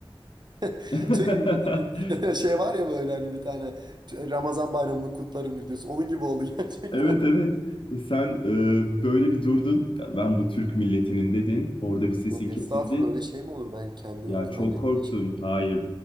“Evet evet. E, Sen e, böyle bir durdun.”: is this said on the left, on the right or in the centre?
Left